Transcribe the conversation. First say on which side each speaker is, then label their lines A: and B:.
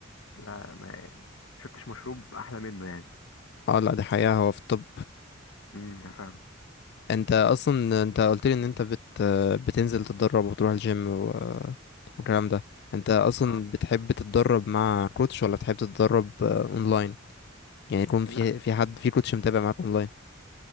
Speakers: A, on the left (about 80°); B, on the left (about 55°).
A: لا ما شفتش مشروب احلى منه يعني
B: اه لا دي حقيقه هو في الطب
A: امم انا فاهم
B: انت اصلا انت قلت لي ان انت بت بتنزل تتدرب وتروح الجيم و... والكلام ده انت اصلا
A: اه
B: بتحب تتدرب مع كوتش ولا بتحب تتدرب آه، اونلاين يعني يكون في
A: لا
B: في حد في كوتش متابع معاك اونلاين